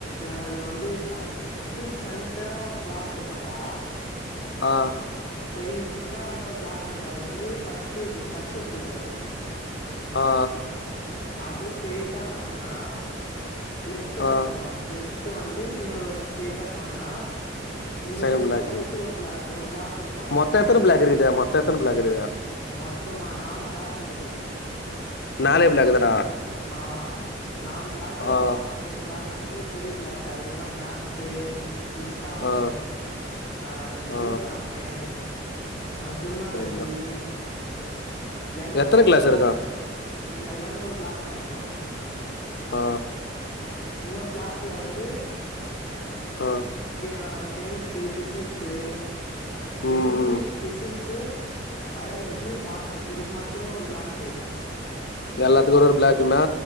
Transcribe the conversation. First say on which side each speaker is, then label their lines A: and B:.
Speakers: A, on the left; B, on the left.
A: எங்கள்து வந்து ஃபர்ஸ்ட்டு சென்டரா ஒரு ப்ளாக் இருக்குன்டா
B: ஆ
A: ஸ்ட்ரைட்டா வந்த ஒரு ப்ளாக் இருக்கு அது வந்து ஃபர்ஸ்டடு இது ஃபர்ஸ்ட் ஷிப்ட் இது அது
B: ஆ ஆ
A: அப்டியே ஸ்ட்யிட்டா வந்தேன்னா லெஃப்ட்டு
B: ஆ
A: ஒன்னு வரு லெஃப்ட்டு வந்து இன்னொரு ஸ்ட்ரய்ட்டா போனன்னா இந்த
B: செகண்ட்
A: சைடுக்கா
B: பிளாக்
A: ஃபஸ்ட் ஒரு பிளா ஒரு பிளாக் இருக்கு
B: மொத்தம்
A: அது
B: எத்தனை
A: பெரி
B: பிளாக் இருக்குது மொத்தம் எத்தனை பிளாக் இருக்குது
A: மொத்தமா நாலு பிளாக் இருக்குது
B: நாலே பிளாக் தானா
A: ஆ நாலு பிளாக்ல ஒரு
B: ஆ
A: பா ஒரு பிளாக் வந்து பெரிய பிளாக் அதுல தா மேக்ஸு விஸ்காமு
B: ஆ
A: அ எனது
B: ஆ
A: பிகாமு கிரிம்னாலஜி
B: சரிங்க
A: எல்லாமே
B: எத்தனை
A: ஒரு
B: கிளாஸ்
A: பிளாக்ல
B: இருக்கா
A: இது எல்லாமே ஒரு பிளாக்ல வந்துரு
B: ஆ
A: இன்னொரு பிளாக்ல வந்து
B: அ
A: கே அ கெமிஸ்ட்ரி ஃபிசிக்ஸ்சு கெமிஸ்ட்ரி
B: ம் ம்.
A: ஃபிசிக்ஸ் த்து பயாலஜி பாட்னி இதுக்கு மட்டுமே ஒரு பிளாக்கு
B: எல்லாத்துக்கு ஒரு ஒரு பிளாக்குனா